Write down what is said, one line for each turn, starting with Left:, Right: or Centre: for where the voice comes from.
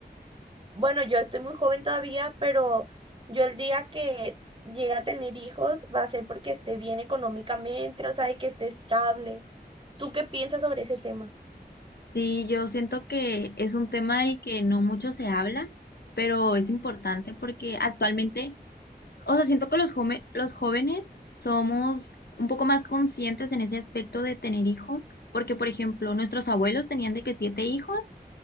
Right: bueno, yo estoy muy joven todavía, pero yo el día que llegue a tener hijos va a ser porque esté bien económicamente, o sea, y que esté estable. ¿Tú qué piensas sobre ese tema?
Left: Sí, yo siento que es un tema del que no mucho se habla, pero es importante porque actualmente, o sea, siento que los jome- los jóvenes somos un poco más conscientes en ese aspecto de tener hijos, porque por ejemplo, nuestros abuelos tenían de que siete hijos